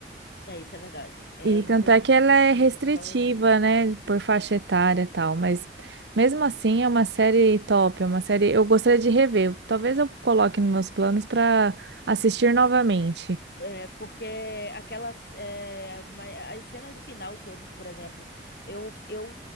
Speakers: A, on the left (about 60°); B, on the right (about 80°).
A: É isso, é verdade. É
B: E
A: muita
B: tanto
A: gente
B: é que
A: que
B: ela
A: desiste
B: é restritiva,
A: por causa disso.
B: né, por faixa etária e tal, mas mesmo assim é uma série top, é uma série eu gostaria de rever. Talvez eu coloque nos meus planos pra assistir novamente.
A: É porque aquelas. é, ma- as cenas do final, todos, por exemplo, eu, eu